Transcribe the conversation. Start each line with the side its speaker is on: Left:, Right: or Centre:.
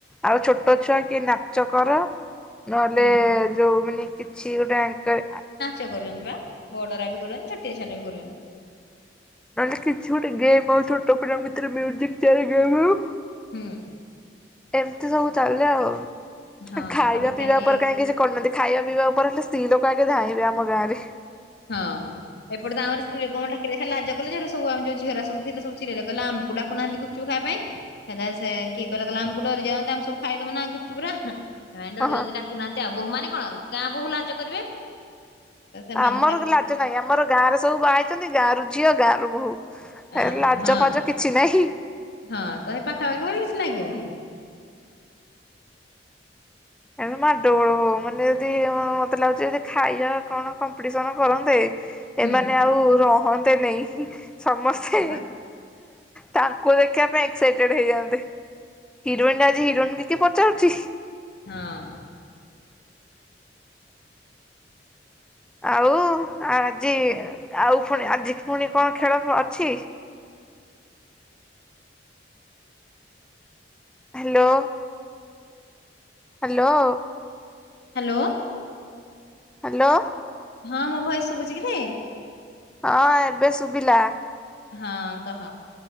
Centre: ଆଉ ଛୋଟ ଛୁଆ କି ନା ଚ କର ନହେଲେ
Left: ହୁଁ।
Centre: ଯୋଉ ମାନେ କିଛି ଗୋଟେ ଆଙ୍କଆ
Left: ଚ କରୁଚନ୍ତି ବା ବଡରା ବି କରୁଚନ୍ତି ଛୋଟିଆ ଛୁଆଟା ବି କରୁଚନ୍ତି।
Centre: ନହେଲେ କିଛି ଗୋଟେ ଗେମ୍ ଆଉ ଛୋଟ ପିଲାଙ୍କ ଭିତରେ ମ୍ୟୁଜିକ ଚେୟାର ଗେମ୍ ହଉ
Left: ହୁଁ।
Centre: ଏମିତି ସବୁ ଚାଲେ ଆଉ
Left: ହଁ
Centre: ଖାଇବା
Left: ତାପରେ କାଲି
Centre: ପିଇବା ଉପରେ କାହିଁକିଛି କଣନାନ୍ତି ଖାଇବା ପିଇବା ଉପରେ ହେଲେ ସ୍ତ୍ରୀ ଲୋକ ଆଗେ ଧାଇବେ ଆମ ଗାଁରେ।
Left: ହଁ ଏପଟେ ତ ଆମର ସ୍ତ୍ରୀ ଲୋକଙ୍କୁ ଡାକିଲେ ଖାଲି ଲାଜ କଲେ ଯେ ହେଟୁ ସବୁ ଆମେ ଯୋଉ ଝିଅରା ସବୁ ଥିଲେ ସବୁ ଚିଲେଇଲେ କହିଲେ ଆମ ଡାକୁ ନାହାନ୍ତି ଗୁପଚୁପ ଖାଇବା ପାଇଁ। ହେଲେ ସେ କିଏ କହିଲା କଲା ଆମକୁ ଡରିଯାଆନ୍ତି ଆମେ ସବୁ ଖାଇଦବୁ ନା ଗୁପଚୁପ ଉରା। ସେମାନେ ଡରୁଚନ୍ତି
Centre: ହଁ ହଁ
Left: ଡାକୁନାହାନ୍ତି ଆଉ ବୋହୂ ମାନେ କଣ ଗାଁବୋହୁ ଲାଜ କରିବେ ସେମାନଙ୍କୁ
Centre: ଆମର
Left: ଡା
Centre: ଲାଜ ନାହିଁ ଆମର ଗାଁରେ ସବୁ ବାହା ହେଇଛନ୍ତି ଗାଁରୁ ଝିଅ ଗାଁରୁ ବୋହୁ
Left: ଅହ
Centre: ଲାଜ
Left: ହଁ।
Centre: ଫାଜ କିଛି କିଛି ନାହିଁ।
Left: ହଁ ତହ ହେଇ ପାଖାପାଖି କିଛି ଲାଗିବନି।
Centre: ଏବେ ମାଡଗୋଳ ହଉ ମାନେ ଯଦି ମତେ ଲାଗୁଛି ଯଦି ଖାଇବା କଣ କମ୍ପିଟିସନ କରନ୍ତେ
Left: ହୁଁ
Centre: ଏମାନେ ଆଉ ରହନ୍ତେନି। ସମସ୍ତେ
Left: ହଁ ବା।
Centre: ତାଙ୍କୁ ଦେଖିବା ପାଇଁ ଏକ୍ସାଇଟେଡ ହେଇଯାଆନ୍ତେ। ହିରୋଇନ ଆଜି ହିରୋଇନକି କିଏ ପଚାରୁଛି।
Left: ହଁ।
Centre: ଆଉ ଆଜି ଆଉ ପୁଣି ଆଜି ପୁଣି କଣ ଖେଳ ଅଛି? ହ୍ୟାଲୋ। ହ୍ୟାଲୋ।
Left: ହ୍ୟାଲୋ।
Centre: ହାଲୋ।
Left: ହଁ ମୋ ଭୟେସ ସବୁଚିକିରେ
Centre: ହଁ ଏବେ ଶୁଭିଲା।
Left: ହଁ କହ